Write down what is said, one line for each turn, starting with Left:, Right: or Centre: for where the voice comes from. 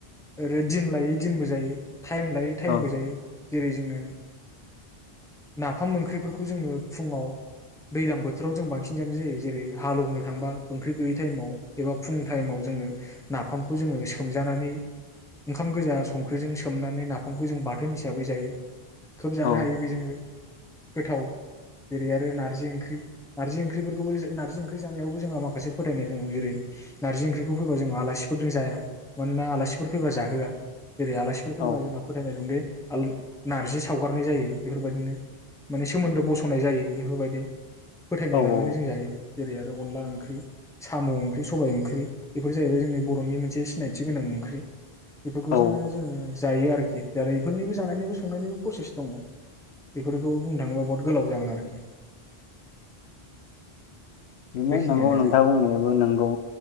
Centre: ओरै दिन लायै दिनबो जायो। टाइम लायो टाइमबो
Left: औ
Centre: जायो। जेरै जोङो <inaudible> नाफाम ओंख्रिफोरखौ जोङो फुङाव दैलां बोथोराव जों बांसिन जानाय जायो जेरै हालौवनो थांबा ओंख्रि गैयै टाइमाव। एबा फुं टाइमाव जोङो नाफामखौ जोङो सोमजानानै ओंखाम गोजा संख्रिजों सोमनानै नाफामखौ जों बाथोन हिसाबै जायो। खोब जानो
Left: औ
Centre: हायो बेजोंबो। गोथाव जेरै आरो नारजि ओंख्रि। नारजि ओंख्रिफोरखौबो नारजि ओंख्रि जानायावबो जोंहा माखासे फोथायनाय दङ'। एरै नारजि ओंख्रिखौ फैबा जों आलासिफोरजों जाया। मानोना आलासि फोर फैबा जाहोआ। जेरै आलासिफोर
Left: औ
Centre: फैबा जोंहा फोथायनाय दं दि <unintelligible> नार्जि सावगारनाय जायो। बेफोरबायदिनो माने सोमोन्दो बस'नाय जायो बेफोरबायदि। फोथायनाय
Left: औ
Centre: लानानै जों जायो जेरै आरो अनला ओंं ख्रि साम' ओंख्रि सबाय ओंख्रि बेफोर जाहैबाय जोंनि बर'नि मोनसे सिनायथि गोनां ओंख्रि। बेफोरखौ
Left: औ
Centre: जोङो जोङो जायो आरो खि जेरै इफोरनिबो जानायनिबो संनायनिबो प्रसेस दङ'। बेफोरखौ बुंनो थाङोबा बहुत गोलाव जागोन आरोखि।
Left: उम <unintelligible>
Centre: बेखिनियानो
Left: नंगौ नोंथाङा बुंनायाबो नोंगौ।